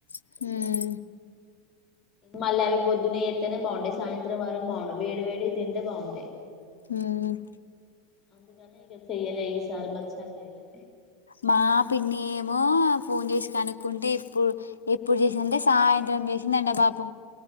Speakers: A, on the left; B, on the left.
A: మ్మ్
B: ఇ మళ్ళీ అవి పొద్దున్నయిస్తతేనే బాగుండే సాయంత్రం వరకు బాగుండే వేడి వేడి తింటే బాగుంటాయి
A: ఉమ్
B: అందుకనే ఇక చెయలే ఇసారి బచాల చెయాలే
A: మా పిన్ని ఏమో ఫోన్ చేసి కనుక్కుంటే ఎప్పుడు ఎప్పుడు చేసిందంటే సాయంత్రం చేసిందంటే పాపం